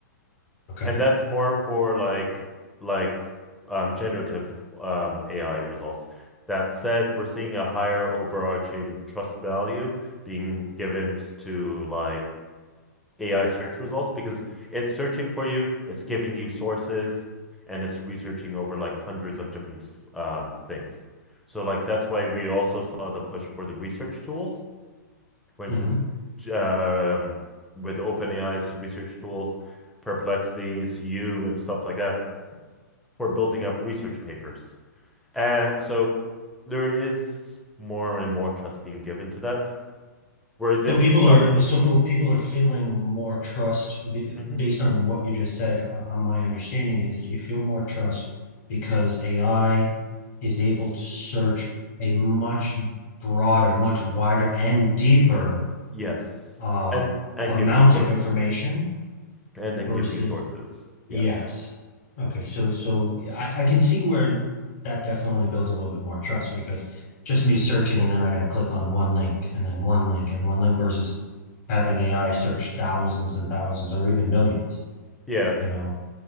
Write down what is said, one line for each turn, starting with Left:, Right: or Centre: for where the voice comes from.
Left: Okay.
Centre: And that's more for like like um generative um AI results. That said, we're seeing a higher overarching trust value being given to like AI search results because it's searching for you, it's giving you sources, and it's researching over like hundreds of different um, things. So like that's why we also saw the push for the research tools. For instance,
Left: hmm
Centre: j- um, with OpenAI's research tools, Perplexity's you and stuff like that for building up research papers. And so there is more and more trust being given to that, where this
Left: So people
Centre: stuff
Left: are
Centre: comes.
Left: so people people are feeling more trust b-
Centre: Mm-hmm.
Left: based on what you just said. Uh, uh, my understanding is you feel more trust because AI is able to search a much broader, much wider, and deeper
Centre: Yes.
Left: uh,
Centre: And and
Left: amount
Centre: give you sources.
Left: of information
Centre: and then
Left: versus
Centre: give you sources.
Left: Yes.
Centre: Yes.
Left: Okay, so so yeah, I, I can see where that definitely builds a little bit more trust because just me searching and then I got to click on one link and then one link and one link versus having AI search thousands and thousands or even millions,
Centre: Yeah.
Left: you know.